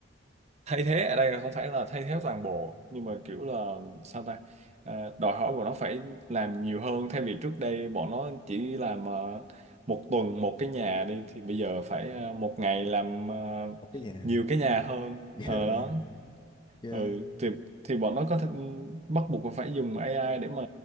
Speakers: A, on the right; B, on the left.
A: thay thế ở đây là không phải là thay thế toàn bộ nhưng mà kiểu là sao ta À, đòi hỏi của nó phải làm nhiều hơn thay vì trước đây bọn nó chỉ làm à, một tuần một cái nhà đi thì bây giờ phải à, một ngày làm à,
B: một cái nhà
A: nhiều cái nhà hơn
B: <laughs> ghê
A: Ờ,
B: rồi
A: đó
B: ghê
A: ừ, thì thì bọn nó có thể bắt buộc là phải dùng AI để mà